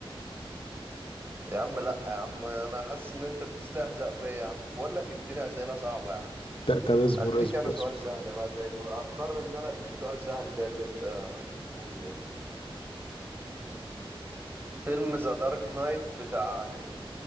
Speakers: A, on the right (about 20°); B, on the left (about 65°).
A: يا عم لا يا عم انا حاسس ان انت بتستهزأ بيا يا عم بقول لك اديني اسئله صعبه يا عم
B: ت- طب اصبر
A: اديك
B: اصبر
A: انا سؤال
B: اصبر
A: سهل بقى زي اللي هضطر ان انا اديك سؤال سهل زي اللي انت بتقول ده فيلم ذا دارك نايت بتاع